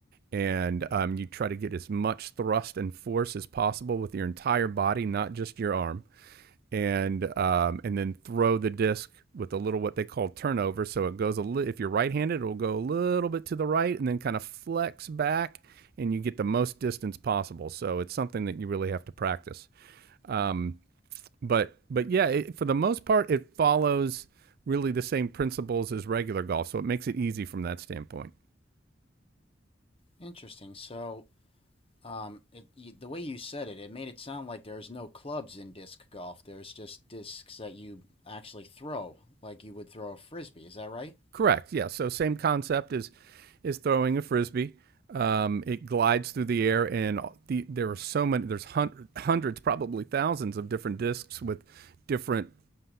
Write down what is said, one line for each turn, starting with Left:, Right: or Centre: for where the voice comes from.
Right: and um, you try to get as much thrust and force as possible with your entire body, not just your arm and um, and then throw the disc with a little what they call turnover. So it goes a li- if you're right-handed, it'll go a little bit to the right and then kind of flex back, and you get the most distance possible. So it's something that you really have to practice. Um, but but yeah, it, for the most part, it follows really the same principles as regular golf, so it makes it easy from that standpoint.
Left: Interesting. So, um, it, you, the way you said it, it made it sound like there's no clubs in disc golf. There's just discs that you actually throw, like you would throw a frisbee. Is that right?
Right: Correct. Yeah. So same concept is is throwing a frisbee. Um, it glides through the air, and the, there are so many. There's hundred, hundreds, probably thousands of different discs with different